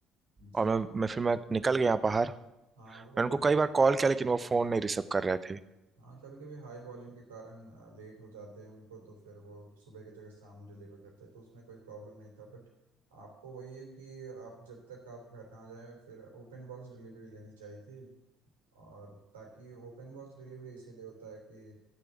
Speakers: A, on the right; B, on the right.
A: जी
B: और मैं मैं फिर मैं निकल गया बाहर
A: हाँ वो
B: मैं उनको कई बार कॉल किया लेकिन वो फ़ोन नहीं रिसीव कर रहे थे
A: हाँ कभी कभी हाई वॉल्यूम के कारण लेट हो जाते हैं उनको तो फिर वो सुबह की जगह शाम डिलीवर करते हैं तो उसमें कोई प्रॉब्लम नहीं था बट आपको वही है कि आप जब तक आप घर ना जाए फिर ओपन बॉक्स डिलीवरी लेनी चाहिए थी और ताकि ओपन बॉक्स डिलीवरी इसीलिए होता है कि